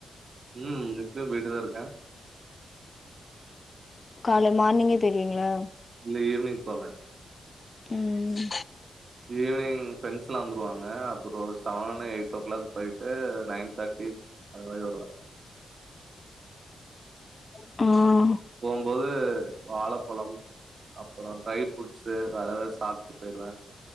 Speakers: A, on the right (about 50°); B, on the left (about 30°).
A: ம். இப்பயும் <inaudible>
B: கால மார்னிங்கே போயிருவீங்களா
A: இல்ல ஈவ்னிங் போவே
B: ம் ம்
A: ஈவினிங் ஃப்ரெண்ட்ஸ் எல்லா வந்துருவாங்க அப்புற சவன்னு எயிட் ஓ கிளாக் போயிட்டு நைன் தேர்ட்டி அது மாரி வருவே
B: <inaudible> ஆ
A: போம்போது வாழப்பழம் அப்புற ட்ரை ஃப்ரூட்ஸு வேற எதாவது சாப்ட் போயிருவே